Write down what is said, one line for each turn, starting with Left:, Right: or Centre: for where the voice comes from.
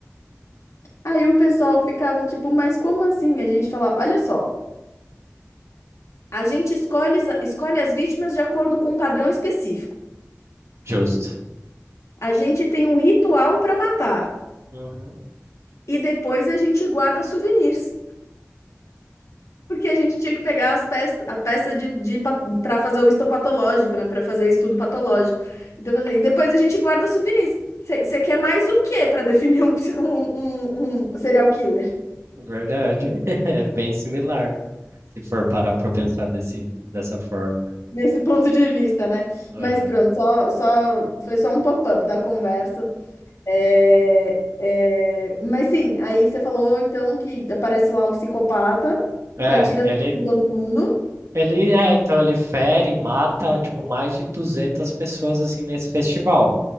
Left: <laughs> Aí o pessoal ficava tipo, mas como assim? A gente falava, olha só, a gente escolhe, as- escolhe as vítimas de acordo com um padrão específico.
Right: Justo.
Left: A gente tem um ritual para matar.
Right: Uhum.
Left: E depois a gente guarda souvenirs. Porque a gente tinha que pegar as peças, a peça de, de, para fazer o histopatológico, né? Para fazer estudo patológico. Então, assim, e depois a gente guarda souvenirs. Você quer mais o quê para definir um, <laughs> um, um- um serial killer?
Right: Verdade. <laughs> É bem similar, se for parar para pensar desse, dessa forma, né?
Left: Nesse ponto de vista, né?
Right: Aham.
Left: Mas pronto, só, só, foi só um pop-up da conversa. É, é, mas sim, aí você falou então que aparece lá um psicopata
Right: É,
Left: que atira
Right: ele,
Left: em todo mundo,
Right: ele, é, então ele fere, mata, tipo, mais de 200 pessoas, assim, nesse festival.